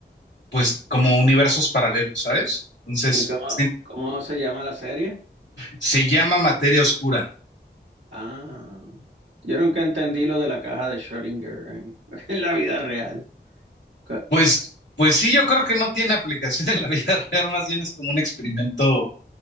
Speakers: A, on the left; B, on the right.
A: pues como universos paralelos, ¿sabes? Entonces,
B: ¿Y cómo,
A: se
B: cómo se llama la serie?
A: se llama materia oscura.
B: Ah, yo nunca entendí lo de la caja de Schrödinger en, <laughs> en la vida real. Co-
A: Pues, pues sí, yo creo que no tiene aplicación <laughs> en la vida <laughs> real, más bien es como un experimento